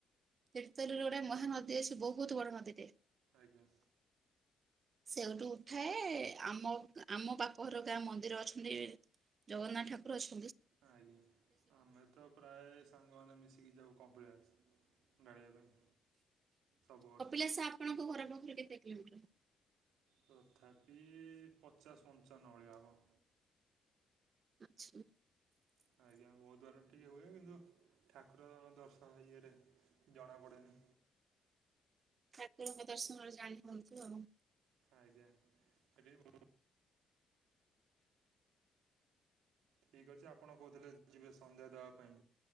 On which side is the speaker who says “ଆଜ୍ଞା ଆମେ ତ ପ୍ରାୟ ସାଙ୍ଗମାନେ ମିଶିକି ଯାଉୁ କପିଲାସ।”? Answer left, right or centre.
Right